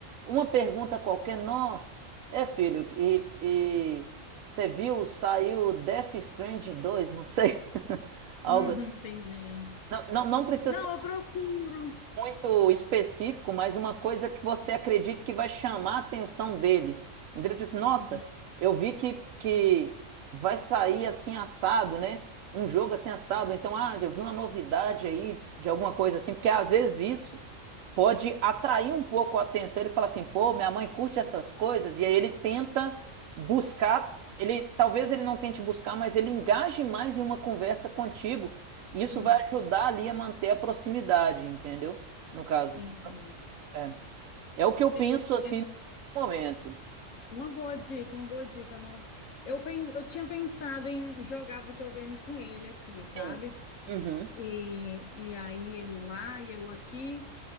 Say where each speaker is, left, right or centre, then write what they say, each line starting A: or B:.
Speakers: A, on the right; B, on the left.
A: Uma pergunta qualquer, não. É, filho, e, e você viu, saiu Death Stranding dois não sei. <laughs> Algo
B: uhum,
A: assim.
B: entendi.
A: Não, não, não precisa
B: Não,
A: ser
B: eu procuro.
A: muito específico, mas uma coisa que você acredita que vai chamar a atenção dele. Entendeu? Tipo assim, nossa,
B: Uhum,
A: eu vi que, que vai sair assim assado, né? Um jogo assim assado. Então, ah, eu vi uma novidade aí de alguma coisa assim, porque às vezes isso pode atrair um pouco a atenção. Ele fala assim, pô, minha mãe curte essas coisas, e aí ele tenta buscar, ele talvez ele não tente buscar, mas ele engaje mais em uma conversa contigo. E isso
B: uhum,
A: vai ajudar ali a manter a proximidade, entendeu? No caso.
B: entendi.
A: É, é o que eu penso
B: É,
A: assim
B: é,
A: no momento.
B: Uma boa dica, uma boa dica. Eu não, eu pens, eu tinha pensado em jogar videogame com ele aqui, sabe?
A: Sim. Uhum.
B: E, e aí ele lá e eu aqui.